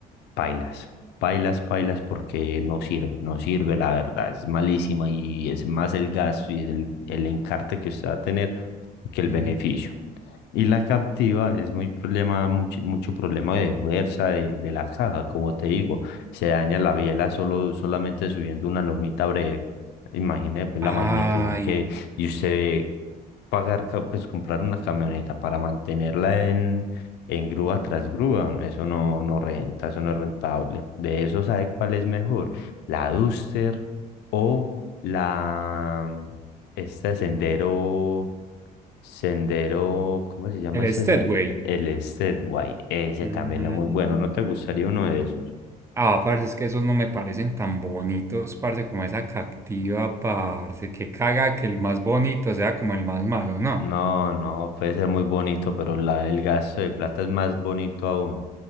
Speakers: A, on the left (about 80°); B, on the right (about 15°).
A: Pailas, pailas, pailas, porque no sirve, no sirve, la verdad, es malísima y es más el gasto y es el, el encarte que usted va a tener que el
B: Mm,
A: beneficio. Y la captiva es muy problema, mucho, mucho problema de fuerza de, de la caja, como te digo, se daña la biela solo, solamente subiendo una lomita breve. Imagine pues,
B: Ay,
A: la magnitud que, y usted ve pagar, ca- pues comprar una camioneta para mantenerla en, en grúa tras grúa, eso no, no renta, eso no es rentable. De eso sabe cuál es mejor, la Duster o la, este Sendero. Sendero, ¿cómo se llama
B: el
A: ese
B: Steadway.
A: sendero? El Stairway, ese
B: Mm,
A: también es muy bueno, ¿no te gustaría uno de esos?
B: Ah, parce, es que esos no me parecen tan bonitos, parce, como esa cactiva, parce. Que caga que el más bonito sea como el más malo, ¿no?
A: No, no, puede ser muy bonito, pero la, el gasto de plata es más bonito aún.